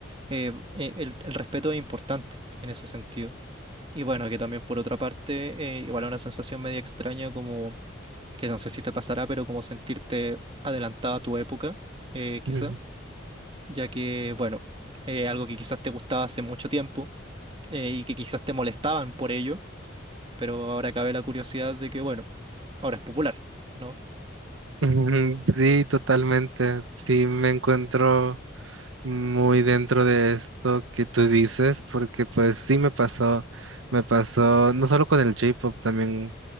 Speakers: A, on the right; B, on the right.
A: Eh, eh, el, el respeto es importante en ese sentido. Y bueno, que también por otra parte, eh, igual es una sensación media extraña como, que no sé si te pasará, pero como sentirte adelantada a tu época, eh, quizá,
B: Ujú.
A: ya que, bueno, eh, algo que quizás te gustaba hace mucho tiempo eh, y que quizás te molestaban por ello pero ahora cabe la curiosidad de que, bueno, ahora es popular, ¿no?
B: Ujú, Sí, totalmente. Sí, me encuentro muy dentro de esto que tú dices, porque pues sí me pasó, me pasó, no solo con el J-pop, también